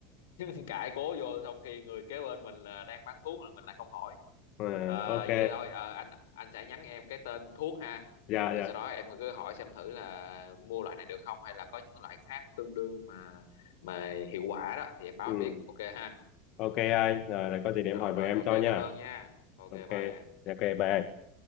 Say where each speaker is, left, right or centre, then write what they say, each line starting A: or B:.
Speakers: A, on the left (about 90°); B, on the left (about 50°).
A: <laughs> cãi cố vô xong khi người kế bên mình là đang bán thuốc mà mình lại không hỏi
B: Ờ,
A: Ờ,
B: ok
A: vậy thôi ờ, anh anh sẽ nhắn em cái tên thuốc ha
B: dạ
A: rồi
B: dạ
A: sau đó em cứ hỏi xem thử là mua loại này được không hay là có những loại khác tương đương mà mà hiệu quả đó thì em báo
B: ừ.
A: anh biết ok ha
B: ok anh rồi có gì để
A: rồi
B: em hỏi
A: rồi
B: vợ em
A: ok
B: cho nha
A: cảm ơn nha ok
B: ok
A: bye em
B: dạ, ok bye anh